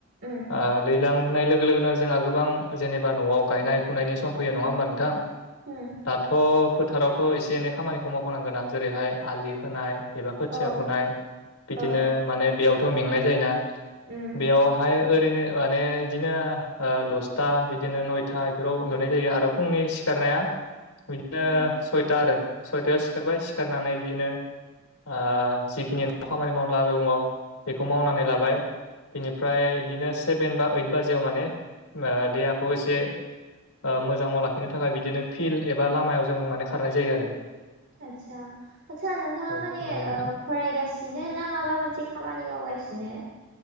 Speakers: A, on the right; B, on the left.
A: उम
B: ओ दैलां होननाय लोगो लोगोनो जोंहा गोबां जेनेबा न'आव गायनाय फुनायनि सम फैयो नङा होमबा नोंथां
A: उम
B: दाथ' फोथारावथ' एसे एनै खामानिखौ मावफानांगोना आं जेरैहाय आलि खोनाय एबा खोथिया
A: औ
B: फुनाय बिदिनो
A: औ
B: माने बेयावथ' मेंनाय जायोना।
A: उम
B: बेयावहाय ओरैनो माने बिदिनो दसथा बिदिनो नयथा बेफोराव उन्दुनाय जायो आरो फुंनि सिखारनाया बिदिनो
A: उम
B: सयथा आरो सयथायाव सिखारबाय सिखारनानै बिदिनो ओ जिखिनि न' खामानि मावना दङ बेखौ मावनानै लाबाय बिनिफ्राय बिदिनो सेभेन बा ओइद बाजियाव माने देहाखौ एसे ओ मोजाङाव लाखिनो थाखाय बिदिनो फिल्ड एबा लामायाव जों माने खारनाय जायो आरो।
A: आतसा आतसा नोंथाङा
B: औ
A: माने
B: नंगौ नोंथां
A: ओ फरायगासिनो ना माबा मोनसे खामानि मावगासिनो